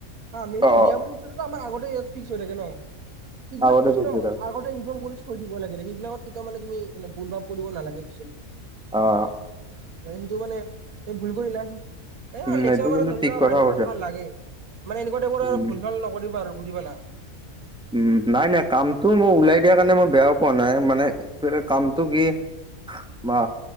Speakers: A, on the right (about 75°); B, in the centre.
A: হা, মেইনলী
B: অ',
A: বিয়া বোলা বস্তুটো আমৰ আগতে ইয়াত ফিক্স হৈ থাকে ন? এইগিলাক
B: আগতে
A: বস্তু
B: দিছিল।
A: ন আগতে ইনফৰ্ম কৰিছ থৈ দিব লাগে সেইবিলাকত কেতিয়া মানে ভূল ভাৱ কৰিব নালাগে এক্সয়েলি
B: অ'।
A: সিটো মানে ভুল কৰিলে এ
B: উম,
A: আৰু
B: এইটো কিন্তু
A: ধৰি
B: ঠিক
A: লোৱা
B: কথা কৈছা
A: <unintelligible> লাগে। মানে এনেকুৱা টাইপৰ
B: উম।
A: আৰু ভুল ভাল নকৰিবা আৰু বুজি পালা।
B: উম, নাই নাই কামটো মই উলাই দিয়া কাৰণে মই বেয়াও পোৱা নাই মানে কামটো কি বা